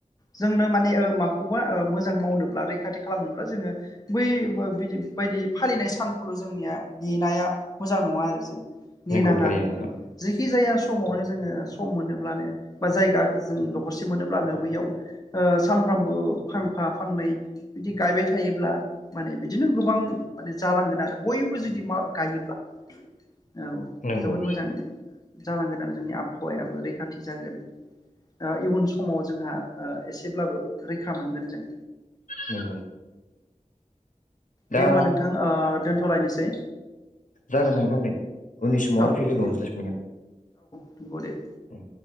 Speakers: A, on the left (about 30°); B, on the left (about 85°).
A: जोंनो माने ओ माखौबा मोजां मावनोब्ला रैखाथि खालामनोब्ला जोङो बै बिदि बायदि फालिनाय सानखौल' जोंनिया नेनाया मोजां नङा आरो जों नेनाङा
B: नोंगौ थारैनो नोंथां
A: ओ जेखि जाया समावनो जोङो सम मोनोब्लानो बा जायगा जों दखरसे मोनोब्लानो बैयाव ओ सानफ्रामबो फांफा फांनै बिदि गायबाय थायोब्ला माने बिदिनो गोबां माने जालांगोन आरो बयबो जुदि मा गायोब्ला औ
B: नंगौ
A: जोबोद मोजां होनदों जालांगोन आरों जोंनि आबहावायाबो रैखाथि जागोन दा इयुन समाव जोंहा ओ एसेब्लाबो रैखा मोनगोन जों
B: नंगौ दा
A: दे होमबा नोंथां ओ दोनथ'लायनोसै
B: जागोन नोंथां दे उननि समाव
A: औ
B: आरो फिन लोगो
A: दे
B: मोनज्लायफिनगोन
A: औ दे
B: औ